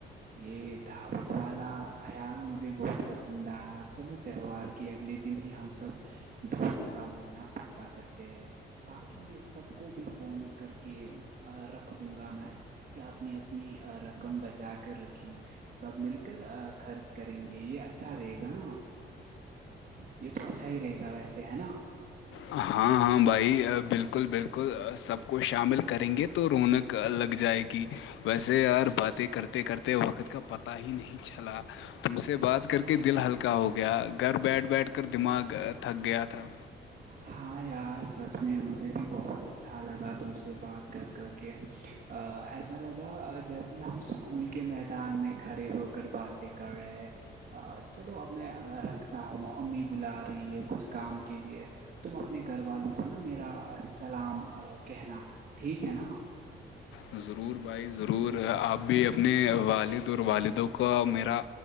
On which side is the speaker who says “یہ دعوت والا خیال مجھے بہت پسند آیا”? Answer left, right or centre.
Right